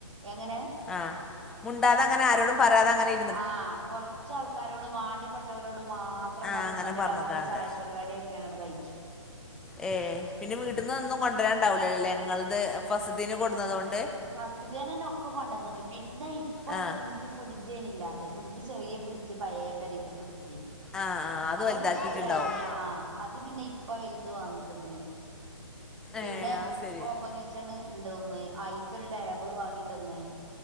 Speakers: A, on the right; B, in the centre.
A: എങ്ങനെ.
B: ആഹ് മുണ്ടാതെ അങ്ങനെ ആരോടും പറാതെ അങ്ങനെ ഇര്
A: ആഹ് കൊറച്ചാൾക്കാരോട് വാണ്ട്യപ്പെട്ടവരോട് മാത്രം
B: ആ
A: പറഞ്ങ്ങാണ്ട്
B: അങ്ങനെ പറഞ്ഞക്കാണ്ട്
A: രാവിലെ ചായപരിപാടിആക്ക ക്യാങ്ട്ട് കയിച്ചു.
B: ഏ പിന്നെ വീട്ടിന്നൊന്നും കൊണ്ടരാണ്ടാവില്ലല്ലേ ഇങ്ങളത് ഫസറ്റിതീന് കൊട് ന്നതോണ്ട്.
A: ഫസ്റ്റിതേനന്നെ ഒക്കെ കൊണ്ടന്നണ് പിന്നെ ഇപ്പൽ
B: ആ
A: ഇൻ ക്ക് ഫിഡ്ജേന് ഇല്ലാത്തെ ഫിഡ്ജ് ചെറിയെ ഫിഡ്ജ് പയെ പേരീത്തെ ഫ്രിഡ്ജ്ന്.
B: ആ ആ അത്
A: അപ്പൊഅത്
B: വലുതാക്കിയിട്ടുണ്ടാവും
A: പറ്റായിന് ആഹ് അത് പിന്നെ ഇപ്പ വെലുത് വാങ്ങി തന്ന്. പിന്നെ
B: ഏ അത് ശരി
A: ഓപ്പങ് ച്ഛണ് ഇണ്ട് ഒന്ന് ഐക്കൊരു ടേബിള് വാങ്ങി തന്ന്.